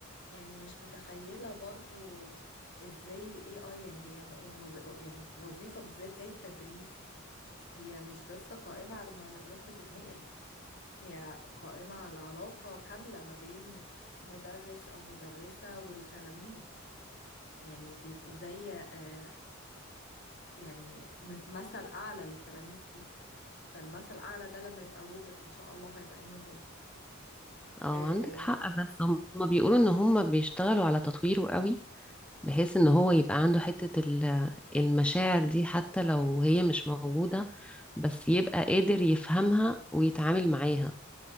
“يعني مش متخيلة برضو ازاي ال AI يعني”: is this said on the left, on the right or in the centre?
Left